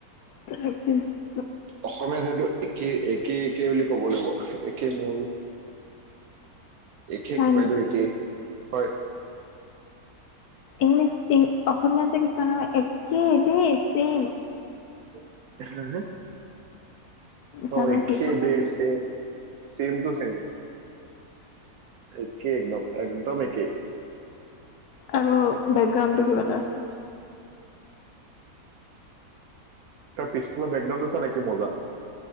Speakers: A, on the left; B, on the right.
A: <inaudible>
B: অসমীয়াত সেইটো একেই এক একে একে বুলি ক'ব লাগিব, একে মোৰ একে
A: হয়
B: ককাইদেউ
A: নেকি
B: একে। হয়।
A: ইংলিছ ইং অসমীয়াতে কিছুমানৰ এক কি দে চেম
B: <unintelligible>
A: জানো
B: অ', একে
A: কি ক'লোঁ
B: the same. Same to same. একেই একদম, একদম একেই।
A: আৰু বেকগ্ৰাউণ্ডটো কিবা এটা আছিল।
B: তাৰ পিছফালৰ বেকগ্ৰাউণ্ডটো চা না কি মজা।